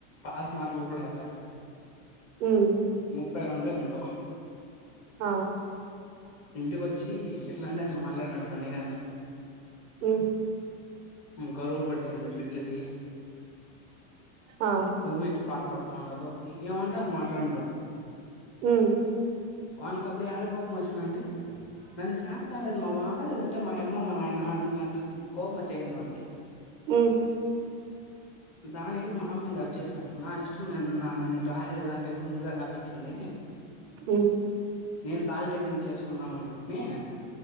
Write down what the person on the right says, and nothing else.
హ
ఆ
ఉమ్
ఆ
అ
ఆ
ఆ